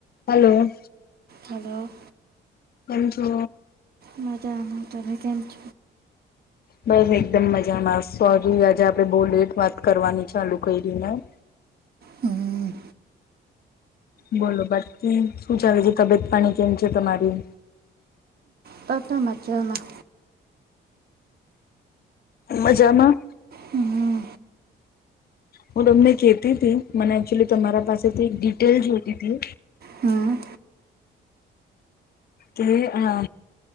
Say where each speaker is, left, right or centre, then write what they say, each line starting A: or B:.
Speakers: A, on the left (about 50°); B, on the right (about 50°).
A: Hello
B: હ
A: પચો
B: મજાનું તમે કેમ છ
A: બસ એકદમ મજામાં સોરી આજે આપડે બહુ લેટ વાત કરવાની ચાલુ કરીને
B: હમ
A: બોલો બાકીકી શું ચાલે છે તબિયત પાણી કેમ છે તમારી
B: પતા માચામાં
A: મજામાં
B: હમ
A: હું તમને કે તી હતી મને એકચુલી તમારા પાસેથી એક ડિટેલ જોતી હતી.
B: હા.
A: કે આ